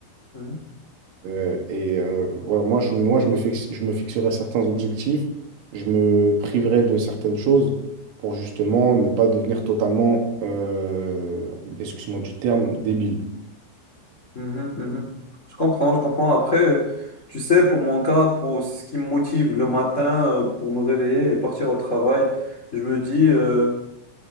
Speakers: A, on the left; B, on the right.
A: mhm.
B: Euh, et euh, ouais, moi, je, moi je me fixe, je me fixerai certains objectifs, je me priverai de certaines choses pour justement ne pas devenir totalement, euh, excuse-moi du terme, débile.
A: Mhm, mhm. Je comprends, je comprends. Après, euh, tu sais, pour mon cas, pour ce qui me motive le matin, euh, pour me réveiller et partir au travail, je me dis, euh,